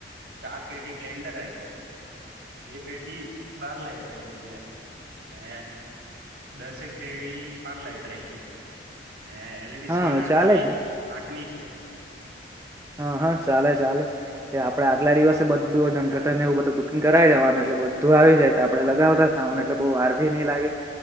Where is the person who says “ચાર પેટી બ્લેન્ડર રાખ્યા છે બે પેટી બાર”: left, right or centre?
Right